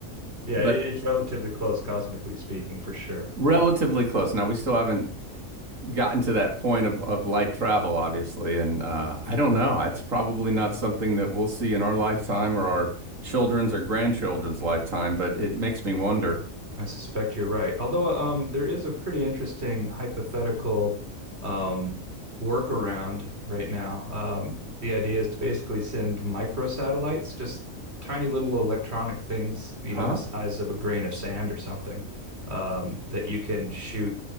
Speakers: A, on the right; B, on the right.
A: Yeah,
B: but
A: it, it's relatively close cosmically speaking, for sure.
B: relatively close. Now we still haven't gotten to that point of, of light travel, obviously. And uh, I don't know. It's probably not something that we'll see in our lifetime or our children's or grandchildren's lifetime, but it makes me wonder.
A: I suspect you're right. Although um, there is a pretty interesting hypothetical um, workaround right now. Um, the idea is to basically send microsatellites, just tiny little electronic things, you
B: Huh?
A: know, the size of a grain of sand or something, um, that you can shoot